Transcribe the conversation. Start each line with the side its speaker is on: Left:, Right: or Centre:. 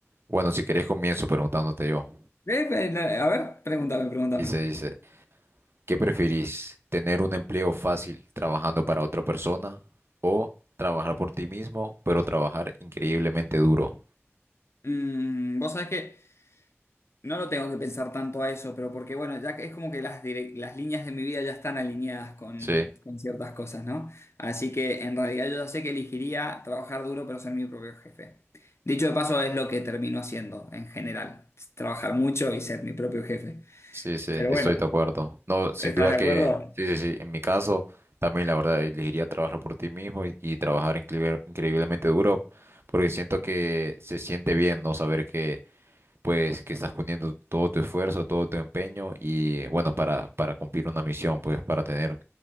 Right: Bueno, si querés comienzo preguntándote yo.
Left: eh, eh, a ver, pregúntame, pregúntame.
Right: Dice, dice. ¿Qué preferís? ¿Tener un empleo fácil trabajando para otra persona o trabajar por ti mismo, pero trabajar increíblemente duro?
Left: Mm, vos sabés que No lo tengo que pensar tanto a eso, pero porque bueno, ya que es como que las, direc- las líneas de mi vida ya están alineadas con,
Right: Sí,
Left: con ciertas cosas, ¿no? Así que en realidad yo ya sé que elegiría trabajar duro pero ser mi propio jefe. Dicho de paso, es lo que termino haciendo en general, trabajar mucho y ser mi propio jefe.
Right: sí, sí,
Left: Pero
Right: estoy
Left: bueno,
Right: de acuerdo. No, sin
Left: ¿estás
Right: duda
Left: de
Right: que,
Left: acuerdo?
Right: sí, sí, sí, en mi caso también la verdad elegiría trabajar por ti mismo y, y trabajar incre- increíblemente duro porque siento que se siente bien no saber que pues que estás poniendo todo tu esfuerzo, todo tu empeño y bueno, para para cumplir una misión, pues para tener